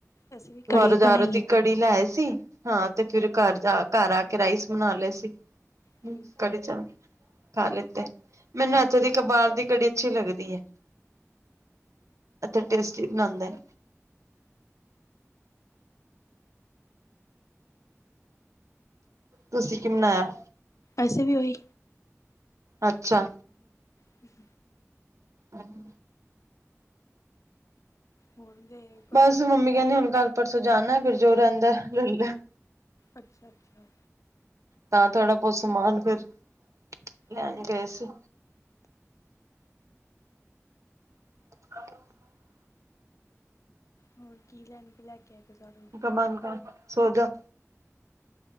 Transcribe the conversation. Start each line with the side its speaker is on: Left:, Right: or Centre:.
Left: ਅਸੀਂ ਵੀ ਕੜੀ
Right: ਬਜ਼ਾਰੋ
Left: ਬਣਾਈ
Right: ਦੀ
Left: ਆ
Right: ਕੜੀ
Left: ਘਰ।
Right: ਲੈ ਆਏ ਸੀ। ਹਾਂ ਤੇ ਫਿਰ ਘਰ ਜਾ ਘਰ ਆ ਕੇ ਰਾਈਸ ਬਣਾ ਲਏ ਸੀ।
Left: ਠੀਕ
Right: ਕੜੀ ਚਾਵਲ ਖਾ ਲਿੱਤੇ ਮੈਨੂੰ ਇੱਥੋਂ ਦੀ ਇਕ ਬਾਹਰ ਦੀ। ਕੜੀ ਅੱਛੀ ਲੱਗਦੀ ਏ, ਅਤੇ ਟੇਸ ਇਤਨਾ ਆਂਦਾ ਏ। ਤੁਸੀਂ ਕੀ ਬਣਾਇਆ?
Left: ਅਸੀ ਵੀ ਉਹੀ।
Right: ਅੱਛਾ।
Left: ਠੀਕ।
Right: ਹਾਂ ਜੀ।
Left: ਹੁਣ ਗਏ?
Right: ਬਸ ਮੰਮੀ ਕਹਿੰਦੀ ਹੁਣ ਕੱਲ ਪਰਸੋਂ ਜਾਣਾ ਫਿਰ ਜੋ ਰਹਿੰਦਾ ਏ ਲੈ ਲੈ।
Left: ਅੱਛਾ, ਅੱਛਾ।
Right: ਤਾਂ ਥੋੜ੍ਹਾ ਬਹੁਤ ਸਮਾਨ ਫਿਰ ਲੈਣ
Left: ਹਮ
Right: ਗਏ ਸੀ। <inaudible>
Left: ਹੋਰ ਕੀ ਲੈਣਾ? <inaudible>
Right: ਕੰਬਲ ਪਾ ਤੇ ਸੋ ਜਾ।